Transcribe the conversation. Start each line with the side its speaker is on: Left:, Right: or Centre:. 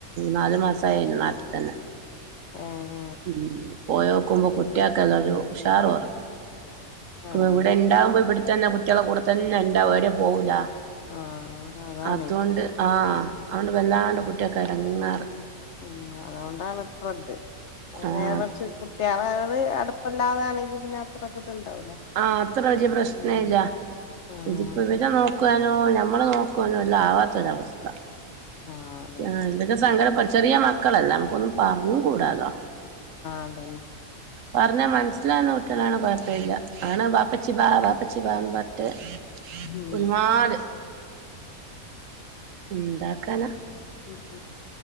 Right: നാലു
Left: ഏഹ്
Right: മാസായിരുന്നു നാട്ടിൽ തന്ന
Left: ഏഹ്
Right: ഉം പോയോക്കുമ്പോ കുട്ടേക്കെല്ലൊരു ഉഷാറ് കുറവ്
Left: ആണ്
Right: ഇവിടെ ഇണ്ടാവുമ്പോ ഇവിട്ത്തന്നെ കുട്ട്യോളെ കൂടെ തന്നെ ഉണ്ടാവും എവിടേയും പോകൂല
Left: ആഹ് അതാണേ
Right: അത് കൊണ്ട് ആഹ് അതൊണ്ട് വല്ലാണ്ട് കുട്ട്യോക്ക് എടങ്ങേറ്
Left: ഉം അതുകൊണ്ടാണ് ഇപ്പ ഇത് <unintelligible>
Right: ആഹ്
Left: നേരെ മറിച്ച് കുട്ട്യാളേട് അടുപ്പല്ലാതാണെങ്കിൽ പിന്നെ അത്രക്ക് ഇത്ണ്ടാവൂല
Right: ആ അത്ര വലിയ പ്രശ്നം
Left: ഉം
Right: ഇല്ല
Left: ആഹ്
Right: ഇതിപ്പോ ഇവരെ നോ നോക്കുവാനോ നമ്മളെ നോക്കുവാനോ എല്ലാം ആവാത്തൊരവസ്ഥ
Left: ആഹ് അതന്നെ
Right: ആ എന്തൊക്കെ സങ്കടം <unintelligible> ചെറിയ മക്കളല്ല നമ്മക്ക് ഒന്നും പറഞ്ഞും
Left: ആഹ്
Right: കൂടാലോ
Left: അതന്നെ
Right: പറഞ്ഞാ മനസ്സിലാവുന്ന കുട്ടിളാണെ കൊഴപ്പല്ല ആണ് ബാപ്പച്ചി ബാ ബാപ്പച്ചി ബാന്ന് പറഞ്ഞിട്ട്
Left: ഉം
Right: ഗുലുമാല് എന്താക്കാന
Left: ഉം